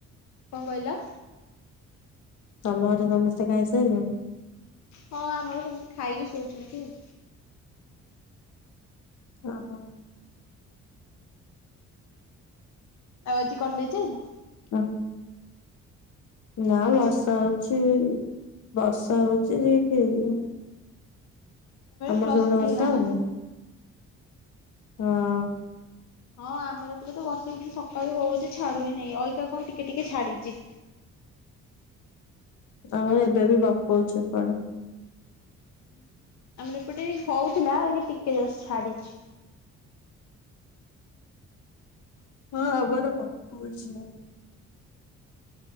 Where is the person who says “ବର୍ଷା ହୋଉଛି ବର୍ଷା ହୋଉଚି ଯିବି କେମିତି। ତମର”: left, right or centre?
Left